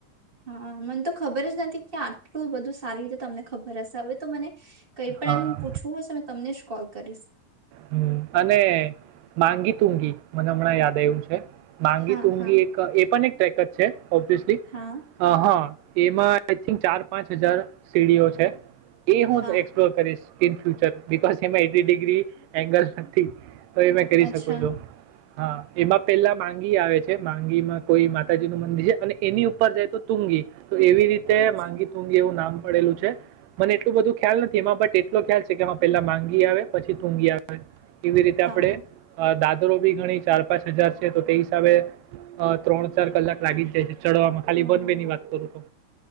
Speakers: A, on the right; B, on the right.
A: હા મને તો ખબર જ નથી કે આટલું બધું સારી રીતે તમને ખબર હશે હવે તો મને કઈ પણ
B: હા
A: એમ પૂછવું હશે મે તમનેજ કોલ કરીશ
B: હમ અને માંગી તુંગી મને હમણાં યાદ આવું છે માંગી
A: હા
B: તુંંગી
A: હા
B: એક એ પણ એક પેકેજ છે ઓબ્િયસલી
A: હા
B: હા એમાં આઈ થિક ચાર પાંચ હજાર સીડીઓ છે એ હવ
A: હા
B: એક્સપ્લોર કરીશ in future because eighty degree angle નથી તો એ મેં કરી
A: અચ્છા
B: શકો છો હા એમાં પેલા માંગી આવે છે માંગી માં કોઈ માતાજી નું મંદિર છે અને એની ઉપર જાય તો તુંગી તો એવી રીતે
A: અચ્છા
B: માંગી તુંગી એવું નામ મળેલું છે મને એટલું બધું ખ્યાલ નથી એમાં બટ એટલો ખ્યાલ છે કે પેલા માંગી આવે પછી તુંગી આવે આવે કેવી રીતે
A: હા
B: આપણે દા બી ઘણી ચાર પાંચ હજાર છે તો તે હિસાબે ત્રણ ચાર કલાક લાગી જ જાય છે ચડવામાં ખાલી
A: હા
B: વન વે ની વાત કરું તો